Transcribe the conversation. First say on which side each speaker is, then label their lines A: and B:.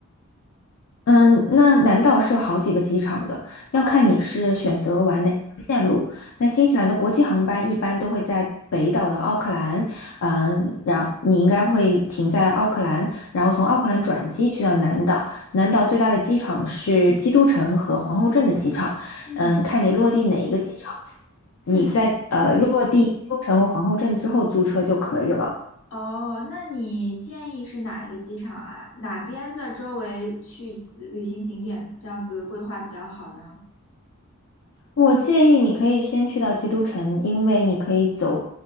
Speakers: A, on the left; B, on the left.
A: 嗯，那南岛是有好几个机场的，
B: 哦，
A: 要看你是选择玩哪个线路。那新西兰的国际航班一般都会在北岛的奥克兰，嗯，然后你应该会停在奥克兰，然后从奥克兰转机去到南岛。南岛最大的机场是基督城和皇后镇的机场，
B: 嗯
A: 嗯，看你落地哪一个机场，你在呃落地基督城和皇后镇之后租车就可以了。
B: 嗯，哦，那你建议是哪一个机场啊？哪边的周围去旅行景点这样子规划比较好呢？
A: 我建议你可以先去到基督城，因为你可以走，